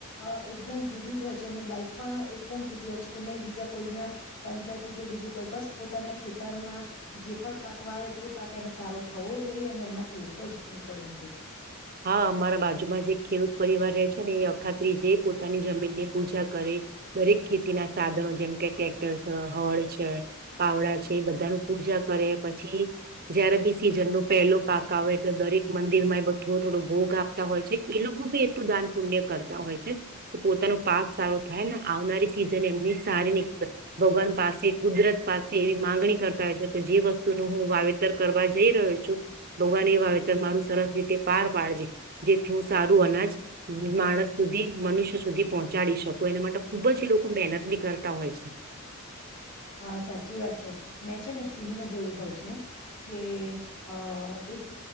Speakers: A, on the left; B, on the right.
A: અહ એકદમ જુદું જ હોય છે એની લાઈફ પણ એકદમ જુદી હોય છે કે નહી બીજા કોઈ પંચાયત કે બીજું કોઈ બસ પોતાના ખેતરમાં જે પણ પાક વાવે તે પાક એને સારો થવો જોઈએ અને એમાંથી ઉપજ નીકળવી જોઈએ.
B: હ, અમારા બાજુમાં જ એક ખેડૂત પરિવાર રહે છે ને એ અખા ત્રીજે પોતાની જમીનની પૂજા કરે દરેક ખેતીના સાધનો જેમ કે ટ્રેક્ટર છે, હળ છે, પાવડા છે એ બધા ન પૂજા કરે પછી જયારે બી સીઝનનું પહેલું પાક આવે એટલે દરેક મંદિરમાં એ બધું થોડું થોડું ભોગ આપતા હોય છે. એ લોકો બી એટલું દાન પુણ્ય કરતા હોય છે, તો પોતાનો પાક સારો થાય ને આવનારી સિઝન એમની સારી નીકળે. ભગવાન પાસે કુદરત પાસે એવી માંગણી કરતા હોય છે કે જે વસ્તુનું હું વાવેતર કરવા જઈ રહ્યો છું ભગવાન એ વાવેતર મારું સરસ રીતે પાર પાડજે. જેથી હું સારું અનાજ માણસ સુધી મનુષ્ય સુધી પહોંચાડી શકું એના માટે ખુબ જ એ લોકો મહેનત બી કરતા હોય છે.
A: હા સાચી વાત છે મેં છે ને એક ફિલ્મ જોયું હોય છે કે અહ એક